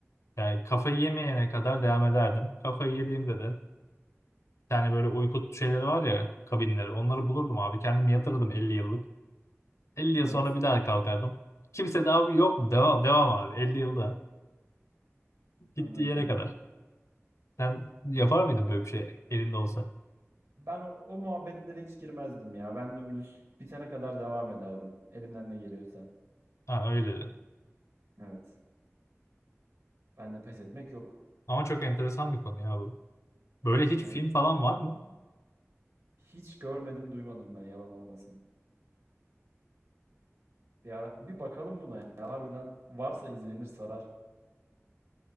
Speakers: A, on the left; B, on the right.
A: Yani kafayı yemeyene kadar devam ederdim. Kafayı yediğimde de Yani böyle uyku şeyleri var ya kabinleri. Onları bulurdum abi. Kendim yatırdım 50 yıllık. Elli
B: Evet,
A: yıl sonra bir daha kalkardım. Kimse daha yok mu? Devam, devam abi. 50 yılda. Gittiği
B: anladım.
A: yere kadar. Sen yapar mıydın böyle bir şey elinde olsa?
B: Ben o, o muhabbetlere hiç girmezdim ya. Ben dümdüz bitene kadar devam ederdim. Elimden ne geliyorsa.
A: Ha öyle de.
B: Evet. Ben de pes etmek yok.
A: Ama çok enteresan bir konu ya bu. Böyle hiç
B: Evet.
A: film falan var mı?
B: Hiç görmedim, duymadım ben yalan olmasın. Bir ara, bir bakalım buna ya. Harbiden varsa izlenir sarar.